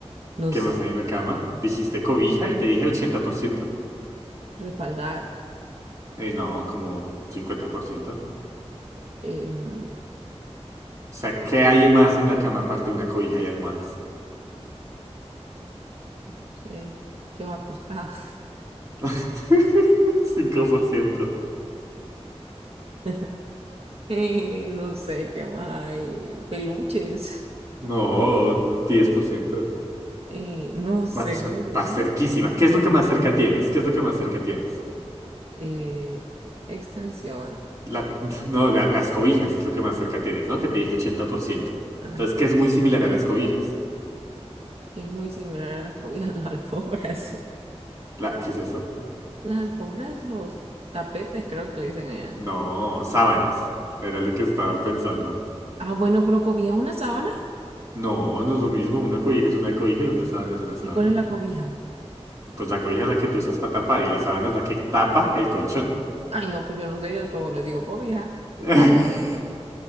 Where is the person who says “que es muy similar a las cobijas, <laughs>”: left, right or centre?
Right